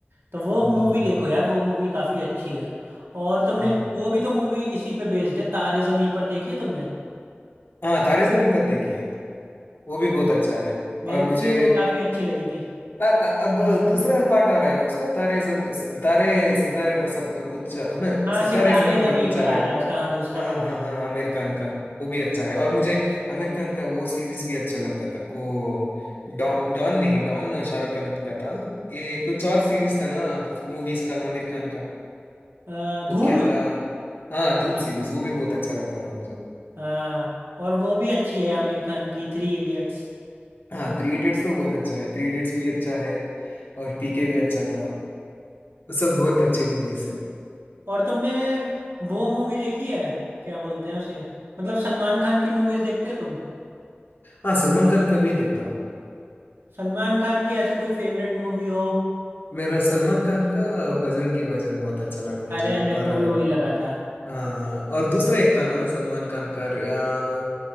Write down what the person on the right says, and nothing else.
तो वो
मूवी देखो यार वो मूवी काफी अच्छी है और तुमने
वो भी तो मूवी इसी पे बेस्ड है तारे जमी पर देखी है तुमने
मेरे
को
भी वो काफी अच्छी लगी थी
हाँ
सितारे
जमीन
पर
आ
रहा है उसका हाँ दूसरा
पार्ट
अ, धूम
हाँ और वो भी अच्छी है आमिर खान की थ्री इडियट्स
और तुमने वो मूवी देखी है क्या बोलते हैं उसे मतलब सलमान खान की मूवीज देखते हो तुम
सलमान खान की ऐसे कोई फेवरेट मूवी हो
अरे मेरे
को भी वही लगा था